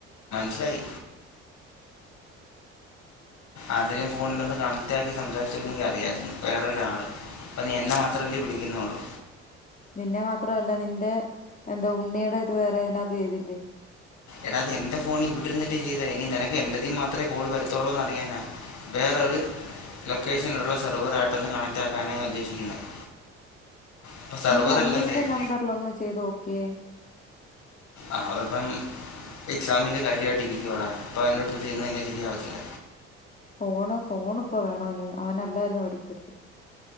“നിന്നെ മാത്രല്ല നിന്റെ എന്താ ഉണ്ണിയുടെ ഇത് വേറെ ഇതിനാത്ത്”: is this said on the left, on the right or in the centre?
Left